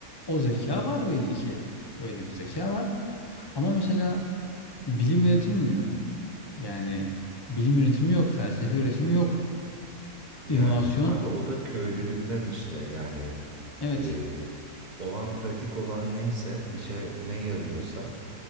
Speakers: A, on the left; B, on the right.
A: o zeka var belli ki. Öyle bir zeka var. Ama mesela bilim üretilmiyor. Yani bilim üretimi yok, felsefe üretimi yok.
B: Yani
A: İnovasyon,
B: abi o da köylülükten işte yani
A: evet.
B: e, o an pratik olan neyse işe ne yarıyorsa